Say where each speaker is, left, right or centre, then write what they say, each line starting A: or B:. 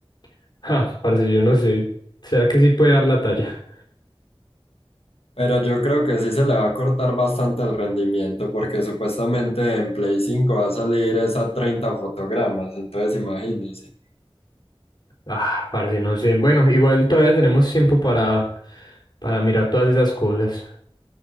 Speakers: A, on the left; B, on the left.
A: <laughs> ah, parce, yo no sé, ¿será que sí puede dar la talla?
B: Pero yo creo que sí se le va a cortar bastante el rendimiento, porque supuestamente en Play cinco va a salir esa 30 fotogramas, entonces imagínense.
A: Ah, parce, no sé, bueno, igual todavía tenemos tiempo para, para mirar todas esas cosas.